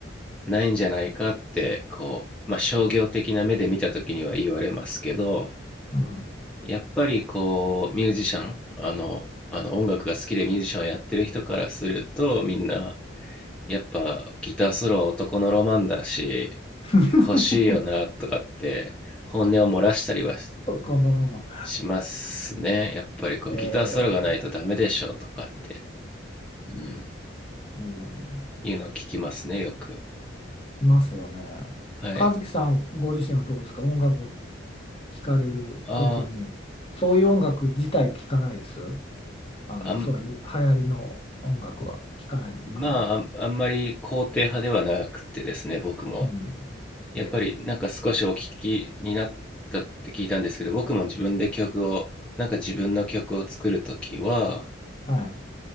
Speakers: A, in the centre; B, on the left.
A: ないんじゃないかって、こう、まあ、商業的な目で見た時には言われますけど、
B: うん。
A: やっぱりこう、ミュージシャン、あの、あの音楽が好きでミュージシャンをやってる人からすると、みんな、やっぱギターソロは男のロマンだし、
B: <laughs>
A: 欲しいよなとかって本音を漏らしたりは
B: このロマン。
A: しますね。やっぱりこうギターソロがないとダメでしょとかって、
B: え
A: うん、
B: ーうん、
A: いうのを聞きますね、よく。
B: いますよね。
A: はい。
B: 和樹さんご自身はどうですか音楽聞かれる時に、
A: あ
B: そういう音楽自体聞かないです。あの、
A: あ、あん、
B: そういう流行りの音楽は聞かないのかな。
A: まあ、あんまり肯定派ではなくてですね、僕も。
B: うん。
A: やっぱりなんか少しお聞きになったって聞いたんですけど、
B: ええ、
A: 僕も自分で曲を、なんか自分の曲を作るときは、
B: はい。